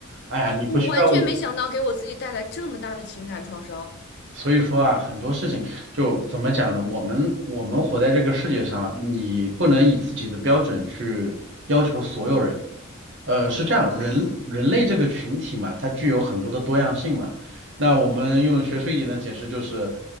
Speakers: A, on the right; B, on the left.
A: 哎呀，你不需要为。
B: 我完全没想到给我自己带来这么大的情感创伤
A: 所以说啊，很多事情就怎么讲呢？我们我们活在这个世界上啊你不能以自己的标准去要求所有人。呃，是这样，
B: 啊。
A: 人人类这个群体嘛，它具有很多的多样性嘛。那我们用学术一点的解释就是，